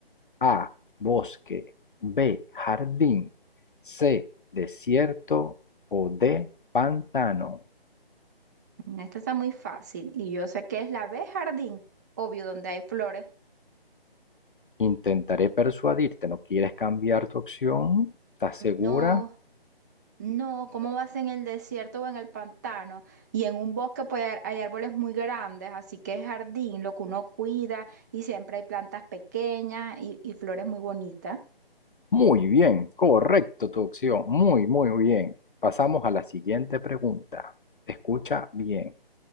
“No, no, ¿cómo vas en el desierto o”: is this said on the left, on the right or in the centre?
Right